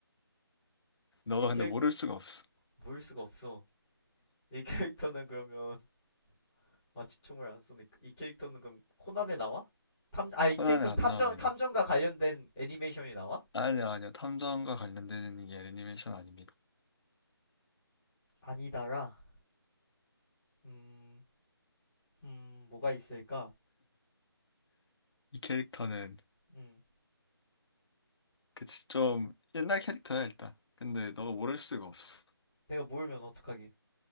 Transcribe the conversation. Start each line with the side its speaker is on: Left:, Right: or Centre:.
Left: 너가
Centre: 이 캐릭,
Left: 근데 모를 수가 없어.
Centre: 모일 수가 없어. 이 캐릭터는 그러면 <laughs> 마취총을 안 쏘니까. 이 캐릭터는 그럼 코난에 나와? 탐, 아, 이
Left: 코난에
Centre: 캐릭터는
Left: 안
Centre: 탐정,
Left: 나옵니다.
Centre: 탐정과 관련된 애니메이션이 나와?
Left: 아니야, 아니야. 탐정과 관련된 게 애니메이션 아닙니다.
Centre: 아니다라. 음, 음, 뭐가 있을까?
Left: 이 캐릭터는
Centre: 음,
Left: 그치 좀 옛날 캐릭터야 일단. 근데 너가 모를 수가 없어.
Centre: 내가 모르면 어떡하기.